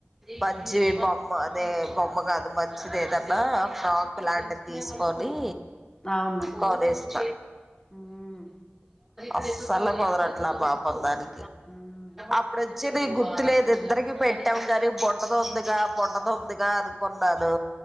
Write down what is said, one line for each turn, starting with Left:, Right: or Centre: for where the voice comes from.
Centre: మంచి బొమ్మ అదే బొమ్మ కాదు మంచిది ఏదన్నా ఫ్రాక్ లాంటివి తీసుకొని
Left: అవును
Centre: కొనిస్త
Left: ఉమ్
Centre: అస్సలే కుదరట్ల పాపం దాని
Left: ఉమ్
Centre: అప్పుడు <unintelligible> గుర్తులే ఇద్దరికి పెట్టావు గరు బుడ్డది ఉందిగా బుడ్డది ఉందిగా అనుకున్నాను